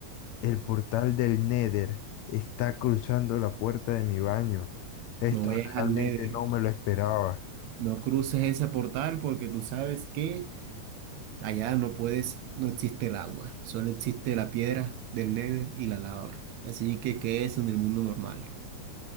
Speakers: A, on the left; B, on the right.
A: el portal del Nether está cruzando la puerta de mi baño. Esto
B: No vayas
A: realmente
B: al Nether,
A: no me lo esperaba.
B: no cruces ese portal porque tú sabes que allá no puedes, no existe el agua, solo existe la piedra del Nether y la lava. Así que, ¿qué es en el mundo normal?